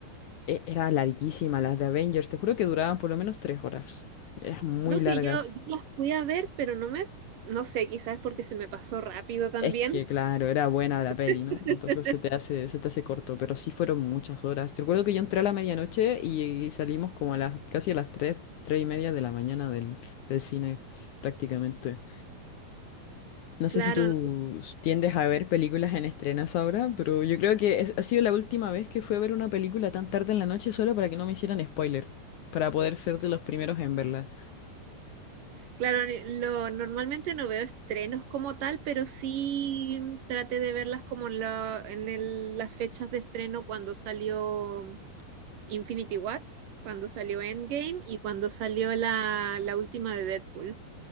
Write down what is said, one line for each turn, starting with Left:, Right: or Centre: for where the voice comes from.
Left: e- era larguísima las de Avengers, te juro que duraban por lo menos 3 horas. Eran muy
Right: No, sí,
Left: largas.
Right: yo, yo las fui a ver, pero no me, no sé, quizás es porque se me pasó rápido también.
Left: Es que, claro, era buena la peli,
Right: <laughs>
Left: ¿no? Entonces se te hace, se te hace corto, pero sí fueron muchas horas. Yo Recuerdo que yo entré a la medianoche y salimos como a las, casi a las tres 3 y media de la mañana del, del cine, prácticamente. No
Right: Claro,
Left: sé si tú
Right: no-
Left: tiendes a ver películas en estrenos ahora, pero yo creo que es- ha sido la última vez que fui a ver una película tan tarde en la noche solo para que no me hicieran spoiler, para poder ser de los primeros en verla.
Right: claro, lo, normalmente no veo estrenos como tal, pero sí traté de verlas como en, la- en el- las fechas de estreno cuando salió Infinity War, cuando salió Endgame y cuando salió la, la última de Deadpool.